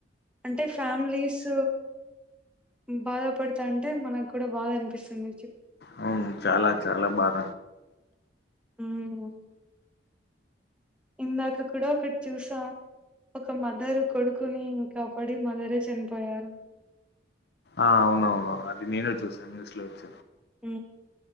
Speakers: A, in the centre; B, on the left (about 55°).
A: అంటే ఫ్యామిలీస్ బాధపడుతాంటే, మనకు కూడా బాధ అనిపిస్తుంది.
B: అవును చాలా చాలా బాద
A: ఊమ్ ఇందాక కూడా ఒకటి చూసా. ఒక మదర్ కొడుకుని కాపాడి మదరే చనిపోయారు.
B: ఆ అవునవును అది నేను చూసాను న్యూస్ లో వచ్చ
A: ఊ